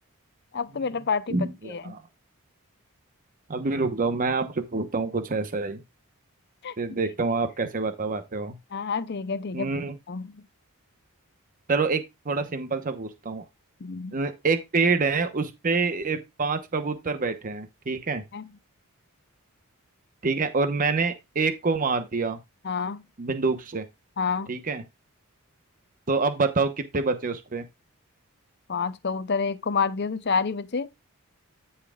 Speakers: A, on the left; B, on the right.
A: अब तो
B: हैं
A: बेटा पार्टी
B: हम्म।
A: पक्की
B: या
A: है
B: अभी रुक जाओ मैं आपसे पूछता हूँ कुछ ऐसा ही
A: ठीक
B: फिर देखता हूँ
A: है
B: आप कैसे बता पाते हो
A: हाँ हाँ ठीक है ठीक
B: हम्म
A: है पूछता हूँ।
B: चलो एक थोड़ा सिंपल सा पूछता हूँ
A: हम्म,
B: अ, एक पेड़ है उस पे अ, पांच कबूतर बैठे हैं ठीक है
A: है?
B: ठीक है और मैंने एक को मार दिया
A: हाँ
B: बंदूक से
A: हाँ
B: ठीक है तो अब बताओ कितने बचे उस पे।
A: पांच कबूतर है, एक को मार दिया तो चार ही बचे